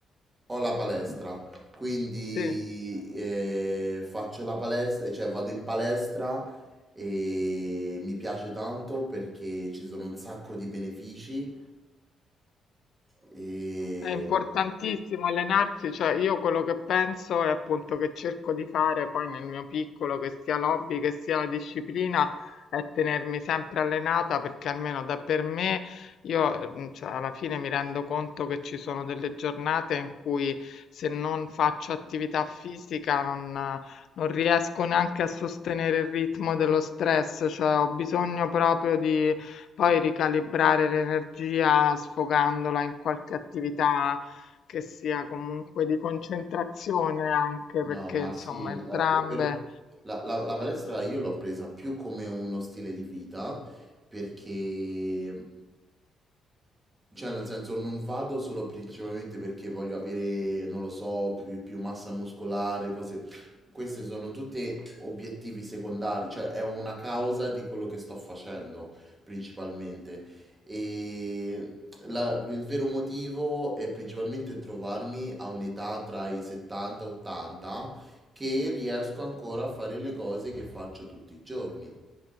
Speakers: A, on the right (about 20°); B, on the left (about 65°).
A: Ho la palestra, quindi
B: sì.
A: eh, faccio la palestra, cioè vado in palestra e mi piace tanto perché ci sono un sacco di benefici e
B: È importantissimo allenarsi, cioè io quello che penso è appunto che cerco di fare poi nel mio piccolo, che sia l'hobby, che sia la disciplina, è tenermi sempre allenata perché almeno da per me io eh, mm, cioè, alla fine mi rendo conto che ci sono delle giornate in cui se non faccio attività fisica non, eh, non riesco neanche a sostenere il ritmo dello stress, cioè ho bisogno proprio di poi ricalibrare l'energia sfogandola in qualche attività che sia comunque di concentrazione anche
A: No,
B: perché
A: ma
B: insomma
A: sì, il-
B: entrambe
A: eh, per- per- la, la- la palestra io l'ho presa più come uno stile di vita perché, cioè nel senso non vado solo principalmente perché voglio avere, non lo so, più, più massa muscolare, cose, queste sono tutte obiettivi secondari, cioè è una causa di quello che sto facendo principalmente. E la- il vero motivo è principalmente trovarmi a un'età tra i 70 e 80 che riesco ancora a fare le cose che faccio tutti i giorni.